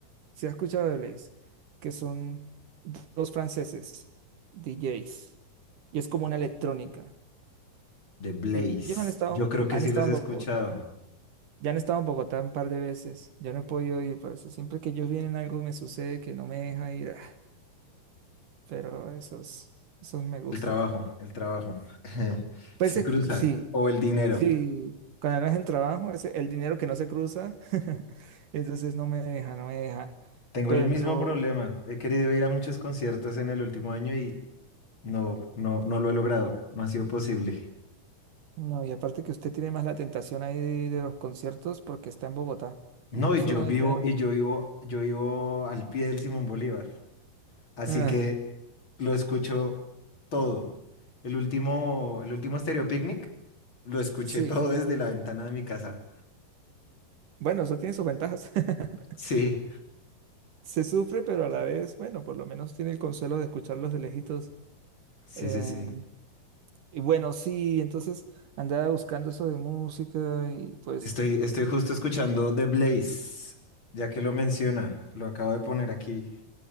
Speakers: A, on the right; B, on the left.
A: ¿Se ha escuchado de Blaze, que son dos franceses, DJs, y es como una electrónica.
B: The Blaze.
A: Ellos han estado,
B: Yo creo que
A: han
B: sí
A: estado
B: los he
A: en
B: escuchado.
A: Bogotá, ya han estado en Bogotá un par de veces, yo no he podido ir, pero si siempre que ellos vienen algo me sucede que no me deja ir, ah, pero esos, esos me gustan.
B: El trabajo, el trabajo. <laughs>
A: Pues
B: Se
A: es
B: cruza.
A: que sí,
B: O el dinero.
A: sí, cuando no es el trabajo, es el dinero que no se cruza, <laughs> entonces no me deja, no me deja,
B: Tengo
A: pero...
B: el mismo problema. He querido ir a muchos conciertos en el último año y no, no, no lo he logrado. No ha sido posible.
A: No, y aparte que usted tiene más la tentación ahí de, de los conciertos porque está en Bogotá.
B: No,
A: Y eso
B: y yo vivo,
A: ya.
B: y yo vivo, yo vivo al pie del Simón Bolívar. Así
A: ah,
B: que lo escucho todo. El último, el último Stereo Picnic lo escuché
A: sí.
B: todo desde la ventana de mi casa.
A: Bueno, eso tiene sus ventajas. <laughs>
B: Sí,
A: Se sufre, pero a la vez, bueno, por lo menos tiene el consuelo de escucharlos de lejitos.
B: sí,
A: Eh,
B: sí, sí.
A: y bueno, sí, entonces andaba buscando eso de música y pues.
B: Estoy, estoy justo escuchando The Blaze, ya que lo menciona, lo acabo de poner aquí.